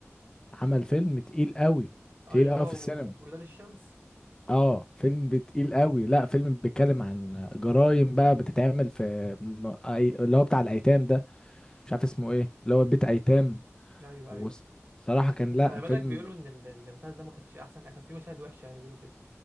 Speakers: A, on the left; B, on the right.
A: عمل فيلم تقيل قوي تقيل
B: اللي
A: قوي
B: هو
A: في السينما
B: و- ولاد الشمس
A: اه فيلم تقيل قوي لا فيلم بيتكلم عن جرائم بقى بتتعمل في م- أي- اللي هو بتاع الايتام ده مش عارف اسمه ايه اللي هو بيت ايتام
B: ايوه
A: وصراحة
B: ايوه
A: كان
B: بس
A: لا
B: خلي بالك
A: فيلم
B: بيقولوا ان ال- المسلسل ده ما كانش احسن حاجة كان فيه مشاهد وحشة يعني بيقولوا كده